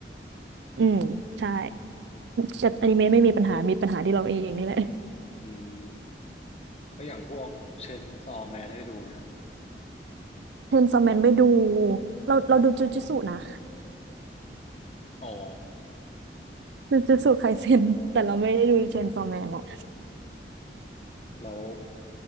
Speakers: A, on the right (about 80°); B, on the left (about 35°).
A: อืมใช่แต่อนิเมะไม่มีปัญหามีปัญหาที่เราเองนี่แหละ
B: อืม แล้วอย่างพวกเชนซอแมนได้ดูไหมฮะ
A: เชนซอแมนไม่ดูเราเราดูจูจูตสุนะ
B: อ๋อ
A: จูจูตสุไคเซ็นแต่เราไม่ได้ดูเชนซอแมนอะ
B: แล้ว